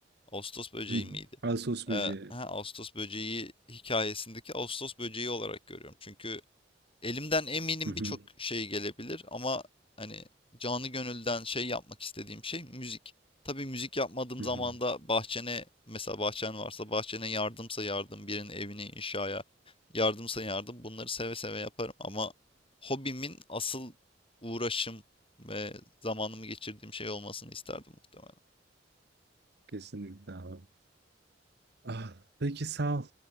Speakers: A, on the left; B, on the right.
A: Ağustos böceği
B: Hı hı.
A: miydi?
B: Ağustos böceği.
A: Ee, ha, Ağustos böceği hikayesindeki Ağustos böceği olarak görüyorum. Çünkü elimden eminim
B: Hı hı,
A: birçok şey gelebilir ama hani canı gönülden şey yapmak istediğim şey müzik. Tabii müzik yapmadığım
B: hı
A: zaman
B: hı.
A: da bahçene mesela bahçen varsa bahçene yardımsa yardım birinin evine inşaya yardımsa yardım bunları seve seve yaparım ama hobimin asıl uğraşım ve zamanımı geçirdiğim şey olmasını isterdim muhtemelen.
B: Kesinlikle abi. Ah, peki sağ ol.